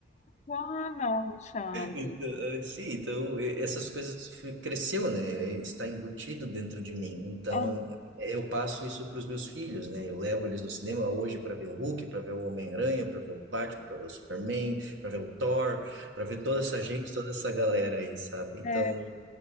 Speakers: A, on the left; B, on the right.
A: Ah, não, Alexandre.
B: então, eh, sim, então eh, essas coisas fi- cresceu, né? Eh, Está embutido dentro de mim. Então
A: Uhum.
B: eu passo isso para os meus filhos, né? Eu levo eles no cinema hoje para ver o Hulk, para ver o Homem-Aranha, para ver o Batman, para ver o Superman, para ver o Thor, para ver toda essa gente, toda essa galera aí, sabe? Então,
A: É,